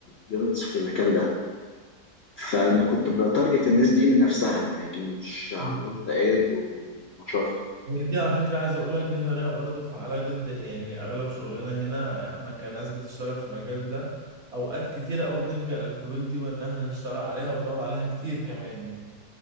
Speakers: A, on the left; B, on the right.
A: جيمتس في المكان ده فانا كنت بتارجت الناس دي لنفسها لكن مش عملت
B: مم.
A: اد ونشرته
B: هي دي على فكرة عايز أقول لك دي طريقة برضه فعالة جدا يعني أغلب شغلنا هنا إحنا كناس بتشتغل في المجال ده أوقات كتيرة أوي بنلجأ للحلول دي وإن إحنا نشتغل عليها وبنقعد عليها كتير كمان يعني